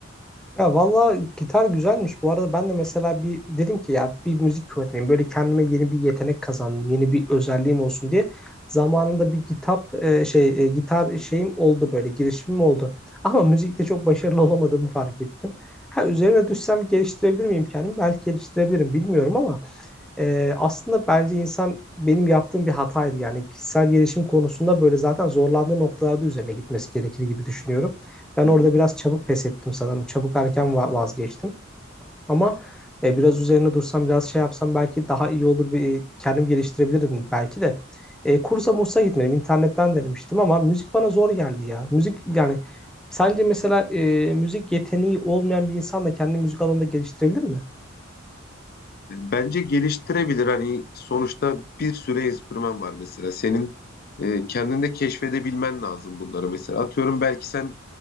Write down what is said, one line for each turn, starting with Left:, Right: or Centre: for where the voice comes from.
Centre: Ya valla gitar güzelmiş. Bu arada ben de mesela bir dedim ki ya bir müzik öğreneyim. Böyle kendime yeni bir yetenek kazandım. Yeni bir özelliğim olsun diye. Zamanında bir kitap e, şey e, gitar şeyim oldu böyle girişimim oldu. <laughs> Ama müzikte çok başarılı olamadığımı fark ettim. Ha üzerine düşsem geliştirebilir miyim kendimi? Belki geliştirebilirim bilmiyorum ama e, aslında bence insan benim yaptığım bir hataydı. Yani kişisel gelişim konusunda böyle zaten zorlandığı noktalarda üzerine gitmesi gerekir gibi düşünüyorum. Ben
Left: Hı
Centre: orada
Left: hı.
Centre: biraz çabuk pes ettim sanırım. Çabuk erken va- vazgeçtim. Ama e, biraz üzerine dursam, biraz şey yapsam belki daha iyi olur. Bir, e, kendim geliştirebilirdim belki de. E, kursa mursa gitmedim. İnternetten denemiştim ama müzik bana zor geldi ya. Müzik yani sence mesela e, müzik yeteneği olmayan bir insan da kendi müzik alanında geliştirebilir mi?
Left: Bence geliştirebilir. Hani sonuçta bir sürü enstrüman var mesela. Senin e, kendinde keşfedebilmen lazım bunları mesela. Atıyorum belki sen